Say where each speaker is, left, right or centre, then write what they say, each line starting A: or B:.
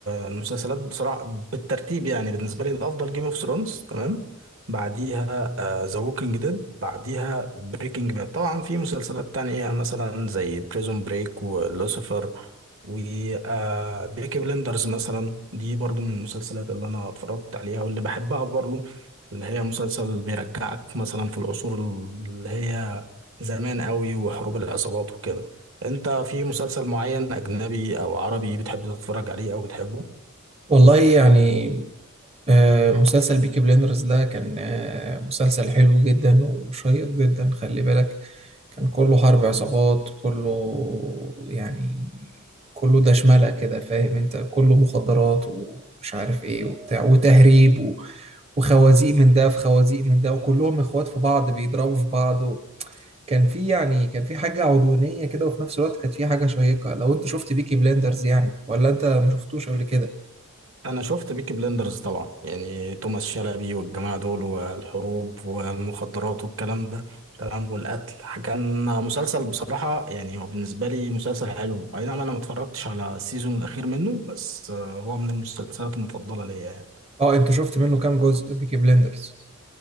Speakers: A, on the right; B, on the right.
A: المسلسلات بصراحة بالترتيب يعني بالنسبة لي الأفضل جيم اوف ثرونز تمام بعديها ذا ووكينج ديد بعديها بريكنج باد طبعا في مسلسلات تانية مثلا زي بريزون بريك ولوسيفر وبيكي بلندرز مثلا دي برضو من المسلسلات اللي أنا اتفرجت عليها واللي بحبها برضو اللي هي مسلسل بيرجعك مثلا في العصور اللي هي زمان قوي وحروب العصابات وكده انت في مسلسل معين اجنبي او عربي بتحب تتفرج عليه او بتحبه
B: والله يعني آه، مسلسل بيكي بليندرز ده كان آه، مسلسل حلو جدا وشيق جدا خلي بالك كان كله حرب عصابات كله يعني كله دشملة كده فاهم انت كله مخدرات ومش عارف ايه وبتاع وتهريب و- وخوازيق من ده في خوازيق من ده وكلهم اخوات في بعض بيضربوا في بعض كان في يعني كان في حاجة عدوانية كده وفي نفس الوقت كانت في حاجة شيقة لو انت شفت بيكي بليندرز يعني ولا انت ما شفتوش قبل كده
A: انا شفت بيكي بلندرز طبعا يعني توماس شلبي والجماعة دول والحروب والمخدرات والكلام ده تمام والقتل كان مسلسل بصراحة يعني هو بالنسبة لي مسلسل حلو اي نعم انا ما اتفرجتش على السيزون الاخير منه بس آه، هو من المسلسلات المفضلة ليا يعني
B: اه انت شفت منه كام جزء بيكي بليندرز